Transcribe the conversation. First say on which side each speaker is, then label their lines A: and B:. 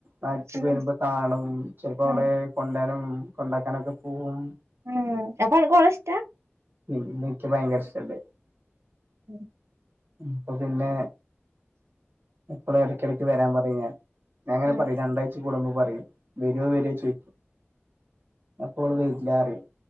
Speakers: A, on the right (about 50°); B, on the right (about 85°).
A: നാട്ടിൽ
B: ഉം
A: വരുമ്പോ കാണും ചെലപ്പോ അവളെ
B: ഉം
A: കൊണ്ടാനും കൊണ്ടാക്കാനൊക്കെ പോവും
B: ഉം അപ്പോ അനക്ക് ഓളെ ഇഷ്‌ടാ?
A: പിന്നേ ഇയ്ക്ക് ഭയങ്കര ഇഷ്ടല്ലേ?
B: ഉം
A: അപ്പോ പിന്നെ അപ്പള് ഇടക്കിടക്ക് വരാൻ പറയും ഞാൻ. ഞാൻങ്ങനെ
B: ഉം
A: പറയും. രണ്ടാഴ്ച കൂടുമ്പോ പറയും. വര്വോ വര്വോ ചോയ്ക്കും. അപ്പോ ഓള് വരില്ലാറയും.